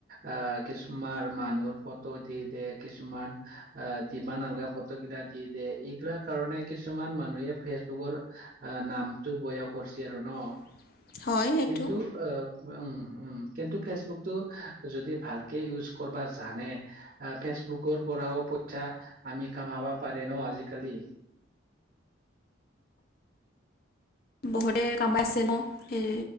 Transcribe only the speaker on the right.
অহ, কিছুমান মানুহৰ ফটো দি দেই কিছুমান অহ, দিবা নালগা ফটো ত' এইগিলাক দি দিয়ে এইগিলাৰ কাৰণে কিছুমান মানুহে ফেচবুকৰ অহ নাম নামটো বেয়া কৰছি আৰু ন?
কিন্তু অহ', উম', উম'। কিন্তু ফেচবুকটো যদি ভালকে ইউজ কৰিব জানে অহ, ফেচবুকৰ পৰাও পইচা আমি কামাব পাৰে ন' আজিকালি।